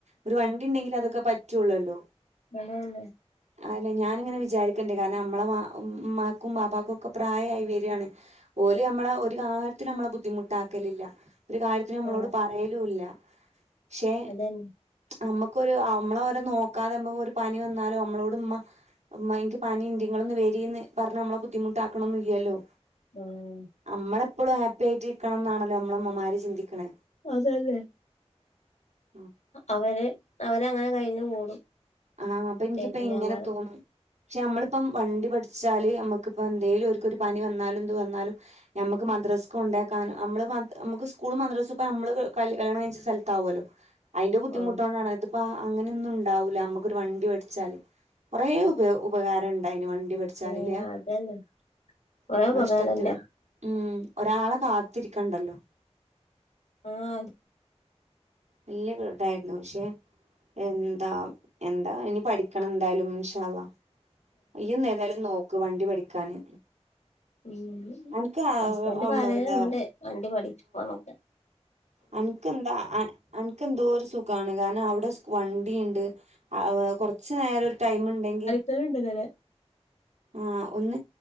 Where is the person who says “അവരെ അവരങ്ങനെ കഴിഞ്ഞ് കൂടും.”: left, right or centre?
Left